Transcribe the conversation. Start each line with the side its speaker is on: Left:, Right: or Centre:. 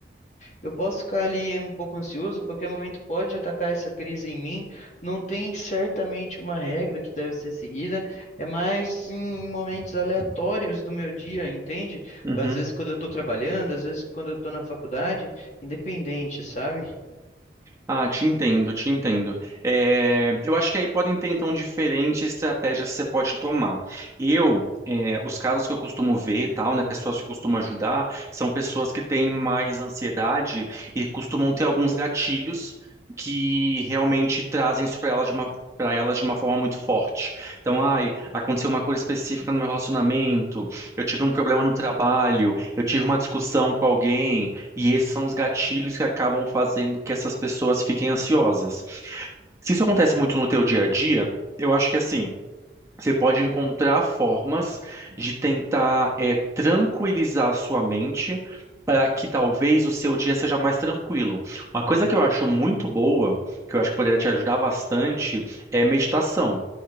Left: eu posso ficar ali um pouco ansioso, a qualquer momento pode atacar essa crise em mim. Não tem certamente uma regra que deve ser seguida, é mais em momentos aleatórios do meu dia, entende?
Right: Uhum.
Left: Às vezes quando eu estou trabalhando, às vezes quando eu estou na faculdade, independente, sabe?
Right: Ah, te entendo, te entendo. É, eu acho que aí podem ter, então, diferentes estratégias que você pode tomar. Eu, é, os casos que eu costumo ver, e tal, né, pessoas que eu costumo ajudar, são pessoas que têm mais ansiedade e costumam ter alguns gatilhos que realmente trazem isso para elas de uma para elas de uma forma muito forte. Então, ai, aconteceu uma coisa específica no meu relacionamento, eu tive um problema no trabalho, eu tive uma discussão com alguém, e esses são os gatilhos que acabam fazendo que essas pessoas fiquem ansiosas. Se isso acontece muito no teu dia a dia, eu acho que assim, você pode encontrar formas de tentar eh, tranquilizar a sua mente para que talvez o seu dia seja mais tranquilo. Uma coisa que eu acho muito boa, que eu acho que poderia te ajudar bastante, é meditação.